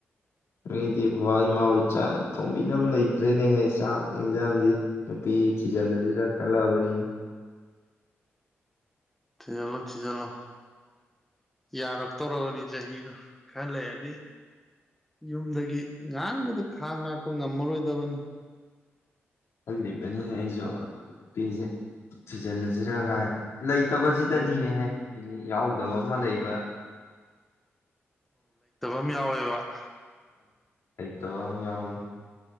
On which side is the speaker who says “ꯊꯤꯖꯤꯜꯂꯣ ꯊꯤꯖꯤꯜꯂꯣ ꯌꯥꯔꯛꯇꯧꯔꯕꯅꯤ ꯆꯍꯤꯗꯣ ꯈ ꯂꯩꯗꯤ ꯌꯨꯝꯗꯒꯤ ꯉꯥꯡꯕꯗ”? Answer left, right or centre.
Centre